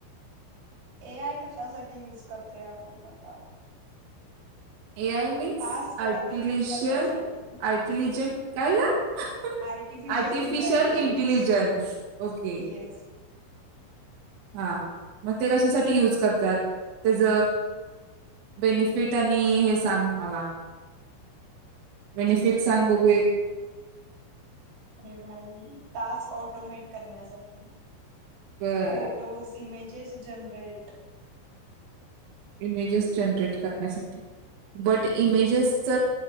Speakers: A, on the right (about 85°); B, on the right (about 70°).
A: ए आय कशासाठी युज करतोय आपण आता.
B: A I means
A: task automate
B: आर्टिलीशन,
A: करण्यासाठी
B: आर्टिलिजन, काय का ग
A: artificial
B: artificial
A: intelligence
B: intelligence okay.
A: Yes
B: हा मग ते कशासाठी यूज करतात, त्याच बेनिफिट आणि हे सांग मला बेनिफिट सांग बघू एक.
A: अरे भाई टास्क ऑटोमेट करण्यासाठी.
B: अ,
A: photos image. Generate.
B: Images generate करण्यासाठी बट इमेजेसच